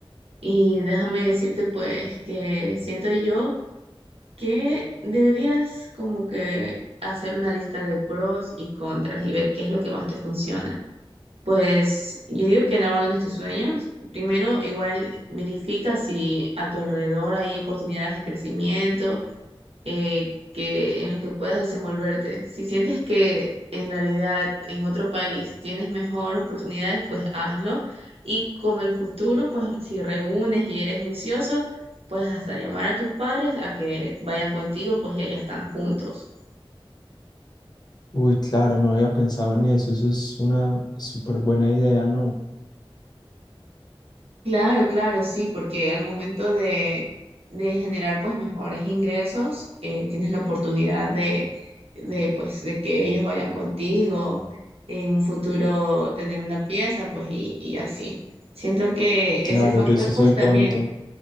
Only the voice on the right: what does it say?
Y déjame decirte pues que siento yo que deberías como que hacer una lista de pros y contras y ver qué es lo que más te funciona. Pues yo digo que no abandones tus sueños. Primero, igual verifica si a tu alrededor hay oportunidades de crecimiento eh, que, en los que puedas desenvolverte. Si sientes que en realidad en otro país tienes mejor oportunidades, pues hazlo. Y con el futuro, pues si reúnes y eres juicioso, puedes hasta llamar a tus padres a que vayan contigo, pues ya ya están juntos.
Claro, claro, sí, porque al momento de, de generar pues mejores ingresos, eh, tienes la oportunidad de, de pues de que ellos vayan contigo, en un futuro tener una pieza, pues y, y así. Siento que ese
factor
pues
también,